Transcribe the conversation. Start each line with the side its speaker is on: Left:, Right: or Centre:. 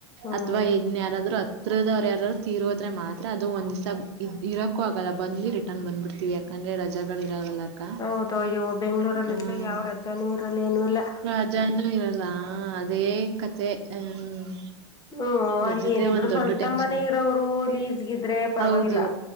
Left: ಹ್ಮ್
Right: ಅಥವಾ ಇನ್ ಯಾರಾದ್ರು ಹತ್ರ ಇ್ರ ಯಾರರು ತೀರೋದ್ರೆ ಮಾತ್ರ ಅದು ಒಂದ್ವ್ಸ ಇರಕ್ಕೂ ಆಗಲ್ಲ ಬ್ ರಿಟನ್ ಬಂದ್ಬಿಡ್ತೀವಿ ಯಾಕಂದ್ರೆ ರಜೆಗಳು ಇರಾವಲ್ಲಕ್ಕ
Left: ಹೌದು ಅಯ್ಯೋ ಬೆಂಗ್ಳೂರಲ್ಲಿ
Right: ಹ್ಮ
Left: ಇದ್ರೆ ಯಾವ ರಜಾನೂ ಇರಲ್ಲ ಏನು ಇಲ್ಲ
Right: ರಾಜೂ ಇರಲ್ಲ ಅದೇ ಕತೆ ಹ್ಮ್
Left: ಹ್ಮ್
Right: ರಜದೇ
Left: ಅಲ್ಲಿ ಏನಿದ್ರು
Right: ಒಂದ್ ದೊಡ್ಡ
Left: ಸ್ವಂತ
Right: ಟೆನ್ಷನ್
Left: ಮನೆ ಇರೋರು ಲೀಜಗಿದ್ರೆ ಪರವಾಗಿಲ್ಲ
Right: ಹೌದು